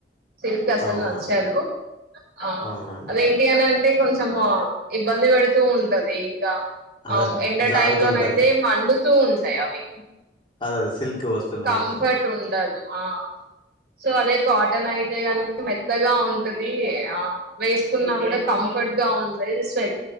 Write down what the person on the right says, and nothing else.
సిల్క్ అసలు
నచ్చదు ఆ
అది ఇండియన్ అంటే కొంచెము ఇబ్బంది పెడుతూ ఉంటది ఇంకా
అవును ఎండ
టైం లోన్ అయితే మండుత్ తూ ఉంటయి అవి
కంఫర్ట్
ఉండదు ఆ సో అదే కాటన్ అయితే గాని మెత్తగా ఉంటది. ఆ వేసుకున్నా కూడా కంఫర్ట్ గా ఉంటది. స్వెట్